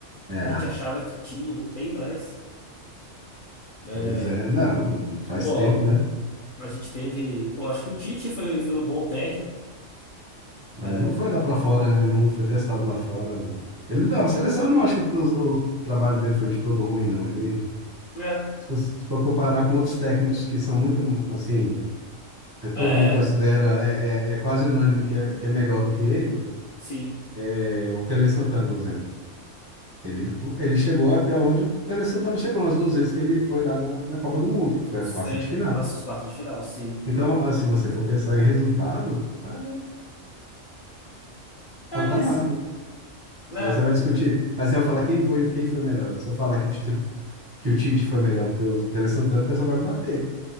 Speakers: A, on the right; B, on the left.
A: É.
B: Que a gente achava que tinha, não tem mais. É,
A: Pois é, não, faz
B: pô,
A: tempo, né?
B: a gente teve. Pô, acho que o Tite foi, foi um bom técnico.
A: Mas
B: É,
A: não foi lá pra fora, né? Não foi testado lá fora. Ele não, a seleção eu não acho que o, o trabalho dele foi de todo ruim, não. Ele,
B: é,
A: se você for comparar com outros técnicos que são muito, assim, é, todo
B: é,
A: mundo considera, é, é, é quase unânime que é, que é melhor do que ele,
B: sim.
A: é o Tele Santana, por exemplo. Ele, ele chegou até onde o Tele Santana chegou nas duas vezes que ele foi lá na, na Copa do Mundo, que foi as
B: Sim.
A: quartas de final.
B: Nossa, os quartos de final, sim.
A: Então, ah, se você for pensar em resultado, é
B: É,
A: patamar.
B: mas. Né?
A: Daí Você vai discutir. Mas você vai falar quem foi, quem foi melhor, se eu falar que o, Tite, que o Tite foi melhor do que o Tele Santana, o pessoal vai me bater.